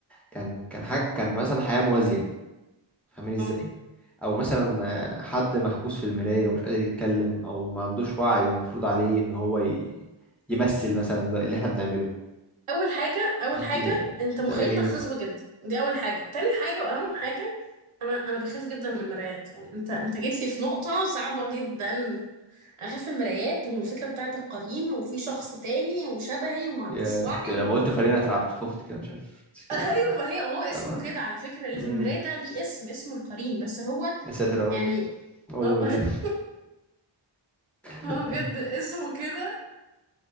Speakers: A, in the centre; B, on the right.
A: كان كان حاجة كان مثلا حياة موازية فاهمين ازاي
B: اه
A: او مثلا آه، حد محبوس في المراية ومش قادر يتكلم او ما عندوش وعي ومفروض عليه ان هو ي- يمثل مثلا اللي اللي احنا بنعمله
B: اول حاجه اول
A: فانت
B: حاجه
A: آه،
B: انت
A: هتعملي
B: مخيلتك
A: ايه
B: خصبه
A: مثلا
B: جدا دي اول حاجه تاني حاجه واهم حاجه انا انا بخاف جدا من المرايات يعني انت انت جيت لي في نقطه صعبه جدا اخاف من المرايات ومن الفكره بتاعه القرين وفي شخص تاني وشبهي وما عندوش
A: يا
B: وعي
A: أنت لما
B: و...
A: قلت قرينة اترعبت خفت كده مش عارف
B: <laughs>
A: بس كده
B: ايوه ما هي هو اسمه
A: فاهمة
B: كده على فكره اللي
A: امم
B: في المرايه ده ليه اسم اسمه القرين بس هو
A: يا ساتر يا رب
B: يعني
A: اعوذ
B: اه
A: بالله
B: <laughs> هو
A: <laughs>
B: بجد اسمه كده